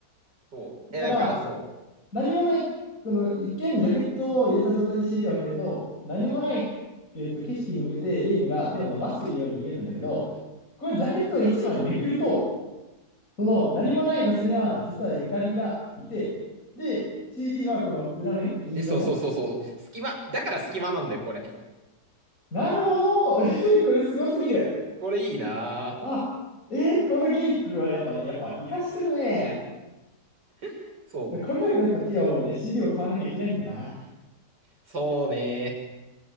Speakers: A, on the right (about 85°); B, on the left (about 50°).
A: そう。え、
B: だから、
A: なんか、そう。
B: 何もない、この一見ジャケットを入れた状態で CD を開けると、何もない、えっと、景色に向けてレイムが手を伸ばしているように見えるんだけど、これジャケットを1枚めくると、その何もない場所には実はゆかりがいて、で、CD はこの裏面、銀色の。
A: え、そうそうそうそう。隙間、だから隙間なんだよ、これ。
B: なるほど、<laughs> えーこれすごすぎる。
A: これいいな
B: あ、えーこのギミックはやっぱね、やっぱ活かしてるね。
A: ぁ。そう。
B: これだけでやっぱティアオはね、CD を買わなきゃいけないんだな。
A: そうね